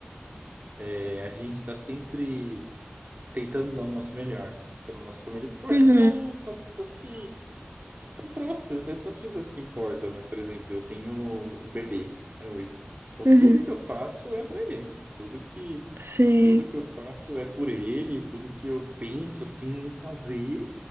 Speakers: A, on the right (about 40°); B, on the right (about 75°).
A: é, a gente está sempre tentando dar o nosso melhor pela nossa família, porque eu acho
B: Uhum,
A: que são, são as pessoas que que estão próximas né? São as pessoas que importam, né? Por exemplo, eu tenho um bebê, né, hoje. Então,
B: uhum.
A: tudo que eu faço é para ele. Tudo que,
B: Sim,
A: tudo que eu faço é por ele, tudo que eu penso assim em fazer